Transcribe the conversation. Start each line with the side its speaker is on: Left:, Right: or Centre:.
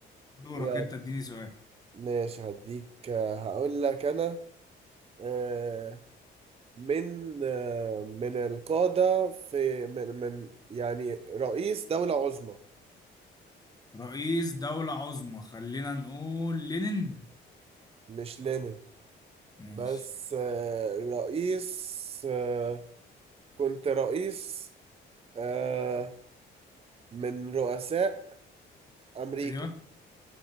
Left: دورك
Right: يلا
Left: انت اديني سؤال
Right: ماشي هديك آه، هقول لك أنا آه من آه من القادة في من من يعني رئيس دولة عظمى
Left: رئيس دولة عظمى خلينا نقول لينين
Right: مش لينين
Left: ماشي
Right: بس آه رئيس آه، كنت رئيس آه من رؤساء أمريكا
Left: ايوه